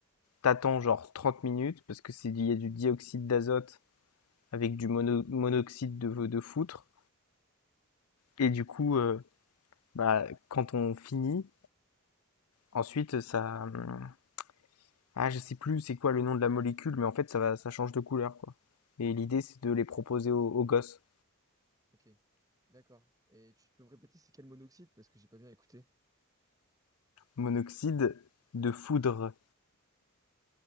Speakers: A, on the left; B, on the right.
A: T'attends genre 30 minutes parce que c'est, il y a du dioxyde d'azote avec du mono- monoxyde de, de foutre. Et du coup, euh, Bah, quand on finit, ensuite ça, hum, ah, je sais plus c'est quoi le nom de la molécule, mais en fait ça va, ça change de couleur quoi. Et l'idée c'est de les proposer
B: C'est du...
A: aux, aux gosses.
B: Ok, d'accord. Et tu peux me répéter, c'est quel monoxyde? Parce que j'ai pas bien écouté.
A: Monoxyde de foudre.